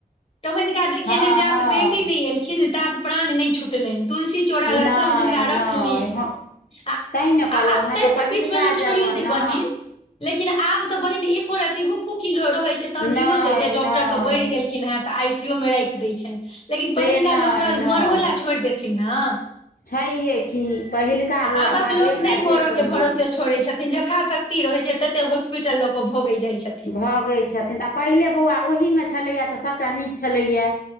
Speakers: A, on the left; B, on the left.
A: तऽ हिनका देखियन
B: हँ
A: जा
B: हँ
A: त बेटी नहि एलखिन तात प्राण नहि छुटलैन तुलसी चोरा लग
B: नै
A: सब हुनका
B: नै
A: रखली
B: हम
A: आ
B: तै ने कहलु
A: आब
B: हेँ
A: ताहि
B: तऽ
A: सब
B: पहिलका
A: बीच मे लोक छोड़ियो
B: जबाना
A: दे बहिन लेकिन आब तऽ बहिन एको रत्ती हुक हुकी जॅं रहै छै तहन
B: नहि
A: इहो छय जे डाक्टर
B: नहि
A: सभ बढ़ि गेलखिन हॅं तऽ आई सी यू मे राखि दै छैनि। लेकिन
B: से
A: पहिलका
B: नहि
A: लोक तऽ
B: नहि
A: मरहो लए छोड़ देथिन ना
B: छैहे कि पहिलका बौआ
A: आबक
B: बड़ एकटा
A: लोक नहि
B: जे
A: मरऽ
B: कहियौ
A: के भरोसे छोड़ै छथिन यथाशक्ति रहैत छै तते हॉस्पिटल लऽ कऽ भगै जाइ छथिन।
B: भगै छथिन आ पहिले बौआ ओहीमे छलैए त सभटा नीक छलैए।